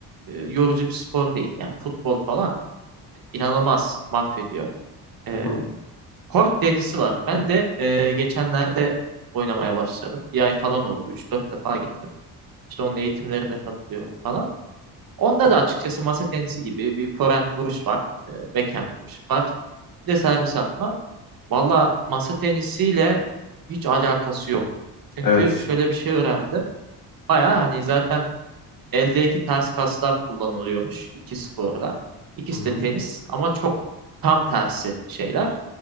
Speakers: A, on the right; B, on the left.
A: e, yorucu bir spor değil. Yani futbol falan inanılmaz mahvediyor E,
B: Hı hı.
A: Kort tenisi var. Ben de e, geçenlerde oynamaya başladım. Bir ay falan oldu. üç dört defa gittim. İşte onun eğitimlerine katılıyorum falan. Onda da açıkçası masa tenisi gibi bir forehand vuruş var. E, backhand vuruş var. Bir de servis atma. Valla masa tenisiyle hiç alakası yok. Çünkü
B: Evet.
A: şöyle bir şey öğrendim. Baya hani zaten eldeki ters kaslar kullanılıyormuş iki sporda. İkisi
B: Hı hı.
A: de tenis ama çok tam tersi şeyler.